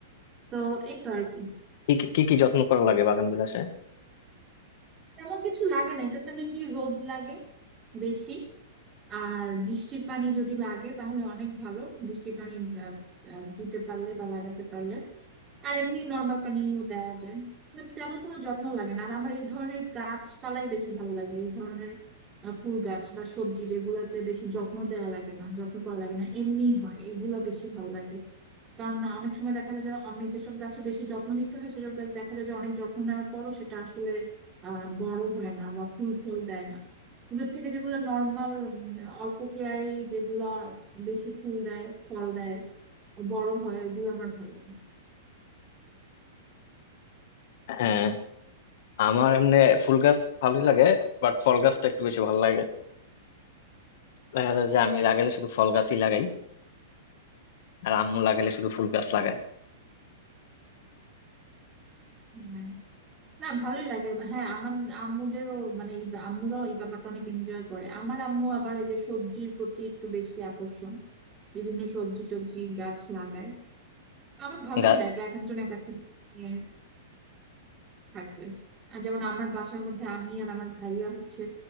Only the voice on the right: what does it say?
তো এই তো আর কি
তেমন কিছু লাগে না এটাতে মেনলি রোদ লাগে বেশি আর বৃষ্টির পানি যদি লাগে তাহলে অনেক ভালো বৃষ্টির পানি আহ, আহ, দিতে পারলে বা লাগাতে পারলে আর এমনি নর্মাল পানিও দেওয়া যায় But তেমন কোনো যত্ন লাগে না আর আমার এই ধরনের গাছপালাই বেশি ভালো লাগে এই ধরনের আহ, ফুল গাছ বা সবজি যেগুলোতে বেশি যত্ন দেওয়া লাগে না যত্ন করা লাগে না এমনি হয় এগুলো বেশি ভালো লাগে কারণ অনেক সময় দেখা যায় যে অনেক যেসব গাছে বেশি যত্ন নিতে হয় সেসব গাছ দেখা যায় যে অনেক যত্ন নেওয়ার পরও সেটা আসলে আহ বড় হয় না বা ফুল ফল দেয় না ওদের থেকে যেগুলো নর্মাল অল্প কেয়ারি যেগুলো বেশি ফুল দেয় ফল দেয় বড় হয় ওগুলো আমার ভালো লাগে
হ্যাঁ না ভালোই লাগে হ্যাঁ আমার আম্মুদেরও মানে এই বা- আম্মুরাও এই ব্যাপারটা অনেক এনজয় করে আমার আম্মু আবার ওই যে সবজির প্রতি একটু বেশি আকর্ষণ বিভিন্ন সবজি টবজি গাছ লাগায় আমার ভালোই
লাগে এক একজন এক একটা জিনিস নিয়ে থাকবে আর যেমন আমার বাসার মধ্যে আমি আর আমার ভাইয়া হচ্ছে